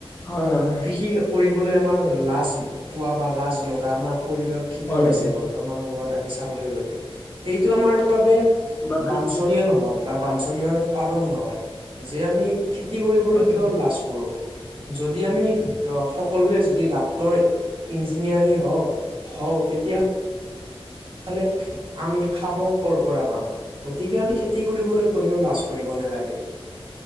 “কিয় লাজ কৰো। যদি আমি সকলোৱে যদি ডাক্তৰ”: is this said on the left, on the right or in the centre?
Right